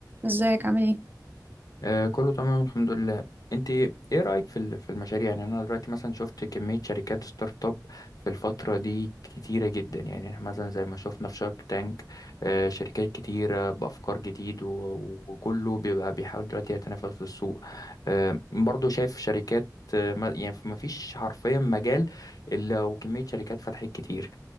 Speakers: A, on the right; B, on the left.
A: ازيك عامل ايه
B: آه كله تمام الحمد لله انت ايه رأيك في ال- في المشاريع يعني انا دلوقتي مثلا شفت كمية شركات ستارت اب في الفترة دي كتيرة جدا يعني احنا مثلا زي ما شفنا في شارك تانك آه شركات كتيرة بأفكار جديد و- وكله بيبقى بيحاول دلوقتي يتنافس في السوق آه برضو شايف شركات آه، ما- يعني ما فيش حرفيا مجال الا وكمية شركات فتحت كتير